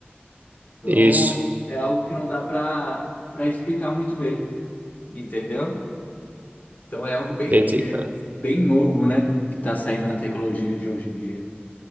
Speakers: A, on the left (about 40°); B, on the right (about 45°).
A: Então,
B: Isso.
A: é algo que não dá para para explicar muito bem, entendeu? Então, é algo bem
B: Entendi, cara.
A: é, bem novo, né? Que está saindo na tecnologia de hoje em dia.